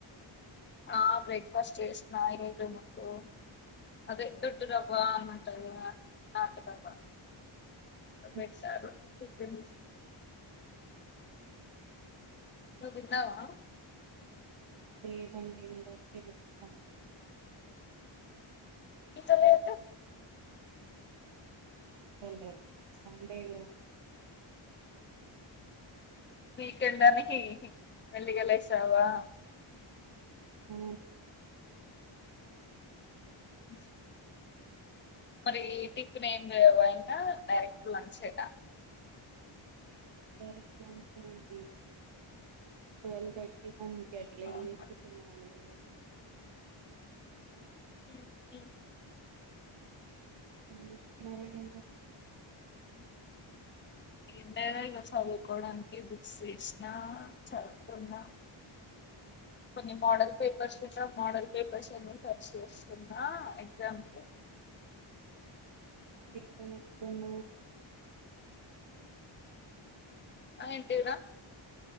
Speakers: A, on the left; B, on the right.
A: ఆ బ్రేక్ఫాస్ట్ చేసిన ఏడు మాకు అదే దొడ్డురవ్వ ఏమంటారు నాటు రవ్వ బెస్
B: ఉమ్,
A: సారు చికెన్ నువ్వు తిన్నావా
B: లేదండి ఇందాకే లేచాను.
A: ఇంత లేటు
B: హలో సండే గా
A: వీకెండ్ అని హి వెడిగలస్ తవా
B: ఊ
A: అ మరి టిఫిన్ ఏమి చేయవా డైరెక్ట్ లంచ్ ఏనా
B: ఉమ్ డైరెక్ట్ లంచే నండి ట్వల్వ్ థర్టీ వన్ అట్లే
A: అవును.
B: ఎల్లేసి తినాలిగో
A: అస్య
B: ఏం చేస్తున్నారండి అందర్
A: ఏ ఉంటాయ్ చదువుకోవడానికి బుక్స్ తీసినా, చదువుతున్నా. కొన్ని మోడల్ పేపర్స్ మోడల్ పేపర్స్ అన్న ఖర్చ్ చేస్తున్నా ఎగ్జామ్ కు
B: బిగ్ ఫోన్ ఎత్తున్న
A: ఆ ఏంటివరా